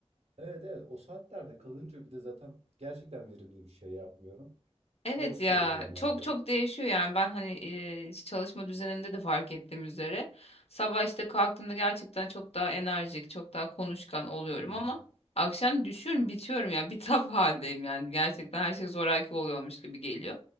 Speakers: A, on the right; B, on the left.
A: evet evet o saatlerde kalınca bir de zaten gerçekten verimli bir şey yapmıyorum.
B: Evet
A: Boşluyorum
B: ya
A: genelde.
B: çok çok değişiyor yani ben hani e, çalışma düzenimde de fark ettiğim üzere sabah işte kalktığımda gerçekten çok daha enerjik çok daha konuşkan oluyorum
A: Hı hı.
B: ama akşam düşüyorum bitiyorum ya <laughs> bitap haldeyim yani gerçekten her şey zoraki oluyormuş gibi geliyor.